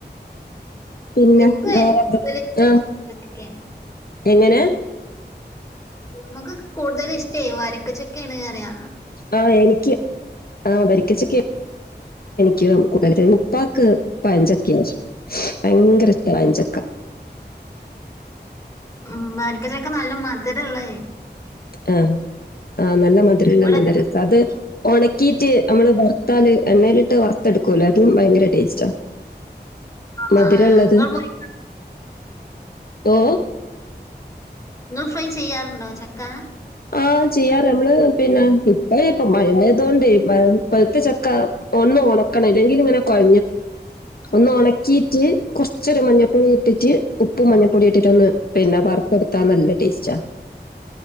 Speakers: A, on the left; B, on the left.
A: പിന്നെ
B: എനിക്കും
A: വേറെ
B: ഏറ്റവും കൂടുതൽ ഇഷ്ടം
A: ആഹ്
B: വരിക്കച്ചക്കയാണ്
A: എങ്ങനെ
B: നമുക്ക് കൂടുതല് ഇഷ്ടേ വരക്കച്ചക്കെയാണ് അറിയ
A: ആഹ് എനിക്ക് ആ വരിക്കച്ചക്കെ കൂ മുപ്പാക്ക് പഞ്ചൊക്കെ ആം ഭയങ്കര പഴഞ്ചക്ക
B: ഉം വരക്കച്ചൊക്കെ നല്ല മധര ഉള്ളേ
A: ആഹ ആഹ നല്ല മതിരള്ള
B: ഇവിടെ
A: നല്ല രസം അത് ഉണക്കീയിട്ട് നമ്മള് വറുത്താല് എണ്ണയിലിട്ട് വറുത്തെടുക്കുവല്ലോ അതും ഭയങ്കര ടേസ്റ്റാ മധുരംള്ളത്
B: ആ, ആ, നിങ്ങൾ പോയി
A: ഓ
B: നിങ്ങൾ ഫ്രൈ ചെയ്യാറുണ്ടോ ചക്ക
A: ആഹ ചെയ്യാറ് നമ്മള് പിന്നെ ഇപ്പ ഇപ്പ മഴയതോണ്ട് പൊഴുത്ത ചക്ക ഉണ്ടാക്കണം ണല്ലെങ്കിൽ ഇങ്ങനെ കൊഴ ഒന്ന് ഉണക്കിട്ട് കൊറച്ച മഞ്ഞപ്പ ഇട്ടിട്ട് ഉപ്പ മഞ്ഞപ്പൊടി ഇട്ടിട്ടൊന്ന് പിന്നെ വറുത്തെടുത്താ നല്ല ടേസ്റ്റാ